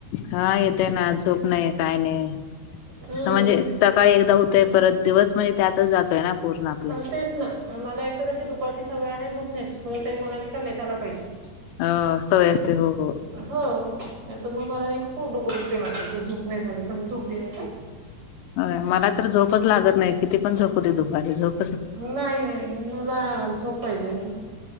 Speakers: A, on the left; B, on the right.
A: हा येत ना झोप नाही काय नाही
B: हम्म.
A: असं म्हणजे सकाळी एकदा होतय परत दिवस म्हणजे त्यातच जातोय ना पूर्ण आपलं
B: हा तेच ना आणि मला एक तर कशी दुपारची सवय आहे झोपण्याची थोड तरी मला नाही का लेटायला पाहिजे
A: आ सवय असते हो हो.
B: हो नाही तर मग मला नाही का खूप डोकं दुखते माझ जर झोप नाही झाली समज झोपली नाही तर
A: होय मला तर झोपच लागत नाही किती पण झोपूदे दुपारी झोप
B: नाही नाही मला झोप पाहिजे मग